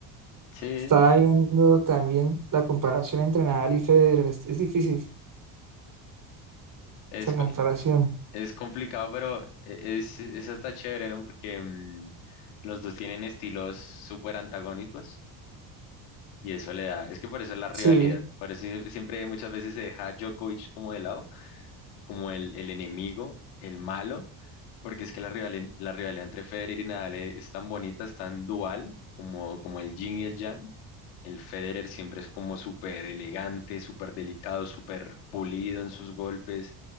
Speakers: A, on the left; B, on the right.
A: Sí,
B: Estaba viendo también la comparación entre Nadal y Federer. Es, es difícil
A: es,
B: esa
A: co-
B: comparación.
A: es complicado, pero e- es, es hasta chévere, ¿no? Porque mm, los dos tienen estilos súper antagónicos. Y eso le da, es que por eso es la rivalidad,
B: Sí,
A: por eso sie- siempre muchas veces se deja a Djokovic como de lado, como el, el enemigo, el malo, porque es que la rivalidad, la rivalidad entre Federer y Nadal e- es tan bonita, es tan dual, como, como el yin y el yang. El Federer siempre es como súper elegante, súper delicado, súper pulido en sus golpes,